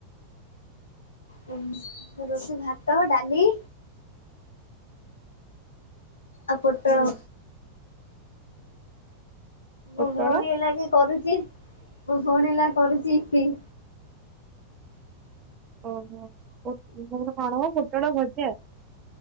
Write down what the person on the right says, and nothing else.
ହୁଁ। ପୋଟଳ
ଓହୋ। ପୋ- ତମର କଣ ମ ପୋଟଳ ଭଜା